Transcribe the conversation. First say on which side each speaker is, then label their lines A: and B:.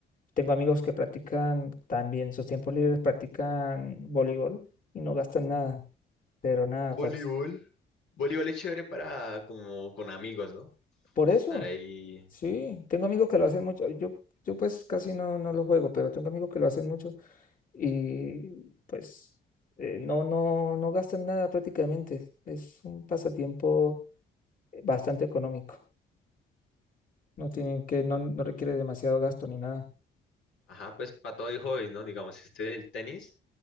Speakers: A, on the left (about 45°); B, on the left (about 85°).
A: Tengo amigos que practican también, sus tiempos libres practican voleibol y no gastan nada, pero nada,
B: voleibol.
A: parce.
B: Voleibol es chévere para como con amigos, ¿no?
A: por
B: Estar
A: eso.
B: ahí,
A: Sí, tengo amigos que lo hacen mucho. Yo, yo pues casi no, no lo juego, pero tengo amigos que lo hacen mucho y pues eh, no, no, no gastan nada prácticamente. Es un pasatiempo eh, bastante económico. No tienen que, no, no requiere demasiado gasto ni nada.
B: ajá, pues para todo hay hobbies, ¿no? Digamos, este el tenis